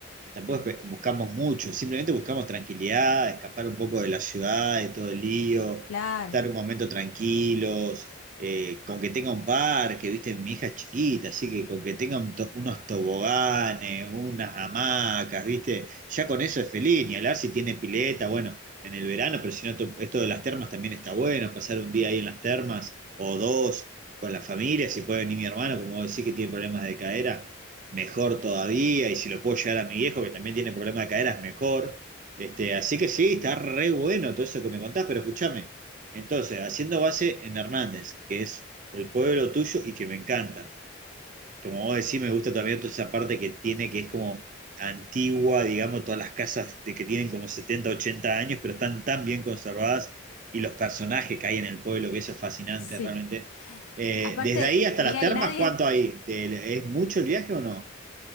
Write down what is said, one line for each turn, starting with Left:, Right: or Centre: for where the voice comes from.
Right: tampoco es que buscamos mucho, simplemente buscamos tranquilidad, escapar un poco de la ciudad, de todo el lío,
Left: Claro,
Right: estar un momento tranquilos, eh, con que tenga un parque, viste, mi hija es chiquita, así que con que tenga un to- unos toboganes, unas hamacas, viste, ya con eso es feliz, ni hablar si tiene pileta, bueno, en el verano, pero si no, to- esto de las termas también está bueno, pasar un día ahí en las termas o dos con la familia, si puede venir mi hermano, como vos decís que tiene problemas de cadera mejor todavía, y si lo puedo llevar a mi viejo, que también tiene problema de caderas, mejor. Este, así que sí, está re bueno todo eso que me contás, pero escúchame. Entonces, haciendo base en Hernández, que es el pueblo tuyo y que me encanta. Como vos decís, me gusta también toda esa parte que tiene, que es como antigua, digamos, todas las casas de que tienen como 70 80 años, pero están tan bien conservadas y los personajes que hay en el pueblo, que eso es fascinante
Left: <laughs>
Right: realmente.
Left: sí.
Right: Eh,
Left: Aparte,
Right: desde ahí hasta
Left: Miguel,
Right: las termas,
Left: nadie,
Right: ¿cuánto hay? ¿De- ¿Es mucho el viaje o no?